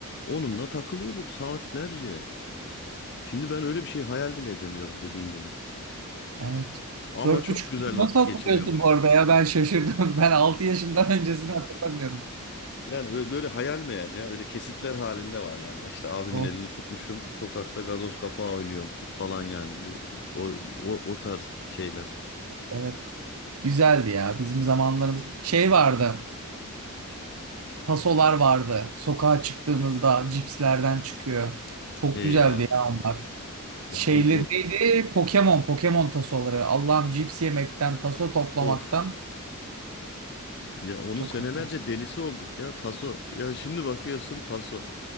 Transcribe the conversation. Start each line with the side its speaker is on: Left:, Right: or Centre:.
Left: onunla takılıyorduk saatlerce. Şimdi ben öyle bir şey hayal bile edemiyorum dediğin gibi.
Right: Evet.
Left: Ama
Right: Dört
Left: çok
Right: buçuk
Left: güzel
Right: yaşı nasıl
Left: vakit
Right: hatırlıyorsun
Left: geçiriyormuşuz.
Right: bu arada ya? Ben şaşırdım. <laughs> Ben altı yaşımdan öncesini hatırlamıyorum.
Left: Yani ö- böyle hayal meyal ya. Öyle kesitler halinde var yani. İşte abimin
Right: Of.
Left: elini tutmuşum. Sokakta gazoz kapağı oynuyormuşuz falan yani. Bu o o, o tarz şeyler.
Right: Evet. Güzeldi ya bizim zamanlarımız. Şey vardı. Tasolar vardı. Sokağa çıktığımızda cipslerden çıkıyor. Çok
Left: Hey
Right: güzeldi
Left: ya.
Right: ya onlar.
Left: Ya
Right: Şeyli
Left: o, o
Right: neydi? Pokemon, Pokemon tasoları. Allah'ım cips yemekten, taso toplamaktan
Left: of. Ya onun
Right: çok
Left: senelerce
Right: hoşuma.
Left: delisi olduk ya Taso. Ya şimdi bakıyorsun Taso.